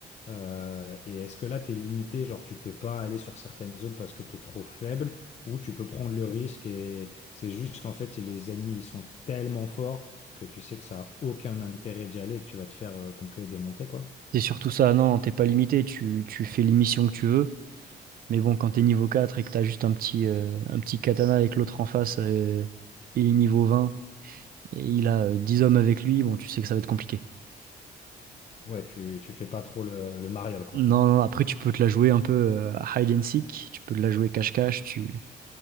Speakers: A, on the left; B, on the right.
A: Euh, et est-ce que là, tu es limité, genre tu peux pas aller sur certaines zones parce que tu es trop faible, ou tu peux prendre le risque et c'est juste qu'en fait, les ennemis, ils sont tellement forts que tu sais que ça a aucun intérêt d'y aller et que tu vas te faire euh, complet démonter, quoi.
B: c'est surtout ça. Non, t'es pas limité, tu, tu fais les missions que tu veux. Mais bon, quand t'es niveau 4 et que t'as juste un petit, euh, un petit katana avec l'autre en face, euh, il est niveau 20 et il a euh, 10 hommes avec lui, bon, tu sais que ça va être compliqué.
A: Ouais, tu, tu fais pas trop le, le mariole, quoi.
B: Non, non, après, tu peux te la jouer un peu euh, à hide and seek, tu peux te la jouer cache-cache, tu,